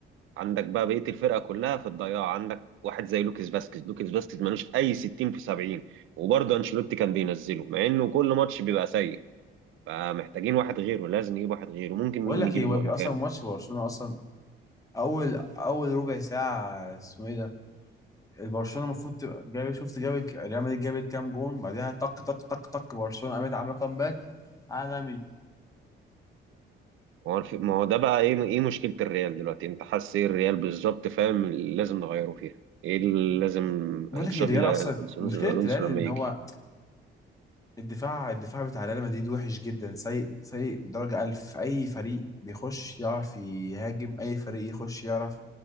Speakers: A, on the right; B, on the left.
A: عندك بقى بقيه الفرقه كلها في الضياع عندك واحد زي لوكيس فاسكيز لوكيس فاسكيز ملوش اي 60 في 70 وبرضه انشيلوتي كان بينزله مع انه كل ماتش بيبقى سيء فمحتاجين واحد غيره لازم نجيب واحد غيره ممكن
B: بقول
A: مين
B: لك
A: نجيبه
B: ايه هو
A: مكانه
B: في اصلا ماتش برشلونه اصلا اول اول ربع ساعه اسمه ايه ده البرشلونه المفروض تبقى جايب شفت جابت ريال مدريد جابت كام جون بعدها طق طق طق طق برشلونه قامت عامله كامباك عالمي
A: ما هو الف- ما هو ده بقى ايه ايه مشكله الريال دلوقتي انت حاسس ايه الريال بالظبط فاهم اللي لازم نغيره فيها ايه اللي لازم
B: بقول لك
A: تشافي
B: إيه، الريال
A: ل- الونسو
B: اصلا مشكله
A: الونسو
B: الريال
A: لما
B: ان
A: يجي
B: هو الدفاع الدفاع بتاع ريال مدريد وحش جدا سيء سيء بدرجه ألف اي فريق بيخش يعرف يهاجم اي فريق يخش يعرف